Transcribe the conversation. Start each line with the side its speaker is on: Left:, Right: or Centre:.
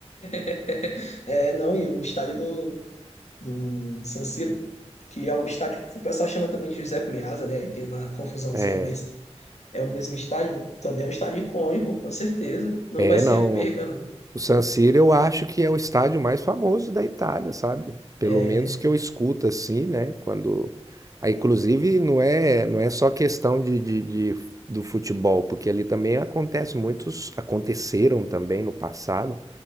Left: <laughs> É, não, e o estádio do, do San Siro, que é o estádio que o pessoal chama também de Giuseppe Meazza, né? Aí tem uma confusãozinha,
Right: É.
Left: mas é o mesmo estádio, também é um estádio icônico, com certeza. Não
Right: É,
Left: vai ser
Right: não.
Left: perca, não.
Right: O San Siro eu acho que é o estádio mais famoso da Itália, sabe? Pelo
Left: É,
Right: menos que eu escuto assim, né? Quando, ah, inclusive não é não é só questão de, de, de- do futebol, porque ali também acontece muitos, aconteceram também no passado